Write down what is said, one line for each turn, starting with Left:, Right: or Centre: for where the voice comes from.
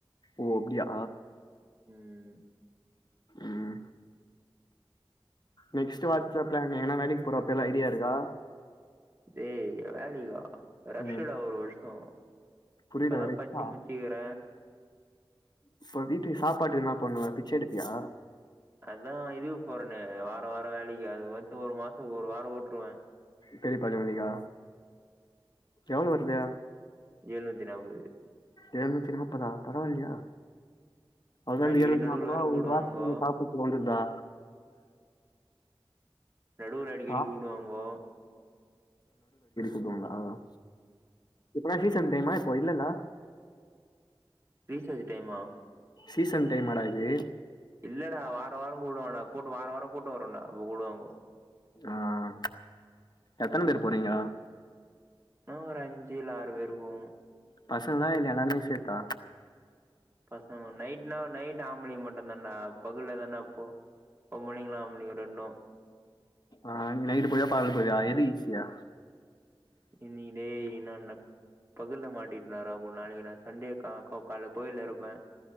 Left: ஓ அப்டியா
Right: ம்.
Left: ம் நெக்ஸ்ட் வாட்ஸ் பிளன்னு வேலைக்கு போறோ அப்ப எல்லா ஐடியா இருக்கா
Right: ஏய் வேலிகா ரஷ்டா
Left: ம்
Right: ஒரு வருஷம்
Left: புரியல
Right: இப்பதான்
Left: ரிஸ்கா
Right: பச்சு முச்சிக்கிற
Left: இப்ப வீட்டுக்கு சாப்பாட்டுக்கு என்ன பண்ணுவ பிச்ச எடுப்பியா
Right: அதா இதுக்கு போறனே வார வார வேலைக்கு அது வந்து ஒரு மாசம் ஒரு வாரம் ஓட்டுருவ
Left: பெரிய பாளிமல்லிகா எவள வருது
Right: எழுநூத்தி நாப்பது
Left: எழுநூத்தி நாப்பதா பரவாயில்லையா அந்த
Right: அடிக்கடி
Left: எழுநூத்தி
Right: நடுவுல
Left: நாப்பது
Right: வேற கூப்டுவானுங்கோ
Left: ஒரு வாரத்துக்கு உனக்கு சாப்டறதுக்கு வந்துருதா
Right: நடுவுல அடிக்கடி
Left: ஆ
Right: கூடுவாங்கோ
Left: உதவுனா ஆஹ் இப்பனா கீ சந்தைமாக்கோ இல்லண்ணா
Right: ரீசார்ஜ் டைமா
Left: சீசன் டைமாடா இது
Right: இல்லடா வாரம் வாரம் கூடுவாடா கூட்டு வார வாரம் கூட்டம் வரும்டா அப்ப கூடுவாங்க
Left: ஆஹ் எத்தனை பேர் போறீங்க
Right: ம் ஒரு அஞ்சுல ஆறு போவோம்
Left: பசங்களா இல்ல எல்லாருமே சேத்தா
Right: பசங்க நைட்னா நைட் ஆம்பளங்க மட்டும் தான்டா பகுல தானா போ பொம்பளைங்களு ஆம்பளைங்க ரெண்டு
Left: ஆஹ நீ நைட்டு போரீயா பகல் போரீயா எது ஈசி இயா
Right: நீ நீடே என்ன நடக் பகல்ல மாட்டிட்னாரா நாளைக்கு நான் சண்டே கால கோவில்ல இருப்பேன்